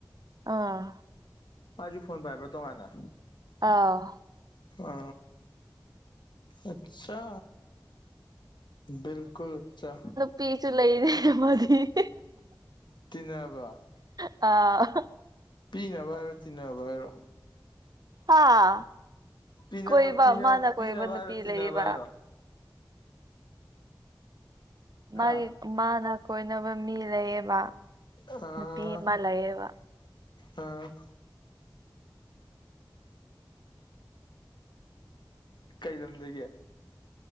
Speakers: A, on the right (about 55°); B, on the left (about 70°).
A: ꯑꯥ
B: ꯃꯥꯏꯖꯨ ꯐꯣꯟ ꯄꯥꯏꯕ꯭ꯔ ꯇꯣꯉꯥꯟꯅ
A: ꯑꯥ
B: ꯑ ꯑꯆꯥ ꯕꯤꯜꯀꯨꯜ ꯑꯆꯥ
A: ꯄꯤꯁꯨ ꯂꯩꯔꯦ ꯃꯗꯤ
B: ꯇꯟꯅꯕ
A: ꯑ ꯑꯍ
B: ꯄꯤꯅꯕ ꯍꯥꯏꯔꯣ ꯇꯤꯟꯅꯕ ꯍꯥꯏꯔꯣ
A: ꯍꯥ
B: ꯄꯤꯅ
A: ꯀꯣꯏꯕ
B: ꯄꯤꯅ
A: ꯃꯥꯅ
B: ꯄꯤꯅꯕ
A: ꯀꯣꯏꯕ ꯅꯨꯄꯤ
B: ꯍꯥꯏꯔꯣ ꯇꯤꯟꯅꯕ
A: ꯂꯩꯌꯦꯕ
B: ꯍꯥꯏꯔꯣ
A: ꯃꯥꯒꯤ
B: ꯍꯥ
A: ꯃꯥꯅ ꯀꯣꯏꯅꯕ ꯃꯤ ꯂꯩꯌꯦꯕ
B: ꯑ
A: ꯅꯨꯄꯤ ꯑꯃ ꯂꯩꯌꯦꯕ
B: ꯑ ꯀꯩ ꯂꯝꯒꯦ